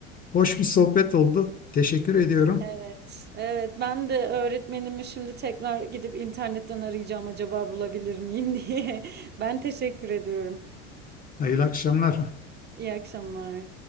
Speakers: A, on the left; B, on the right.
A: Hoş bir sohbet oldu. Teşekkür ediyorum.
B: Evet, evet. Ben de öğretmenimi şimdi tekrar gidip internetten arayacağım acaba bulabilir miyim <laughs> diye. Ben teşekkür ediyorum.
A: Hayırlı akşamlar.
B: İyi akşamlar.